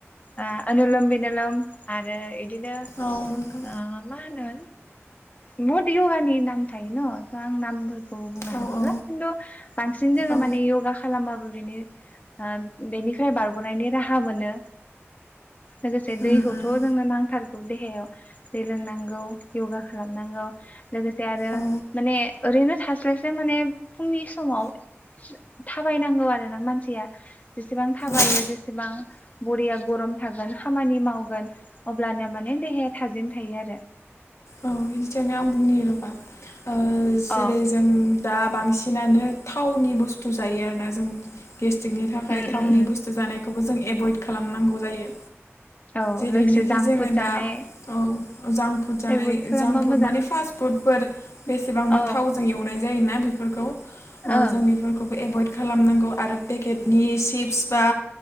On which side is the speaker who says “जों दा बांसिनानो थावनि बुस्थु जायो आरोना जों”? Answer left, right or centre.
Left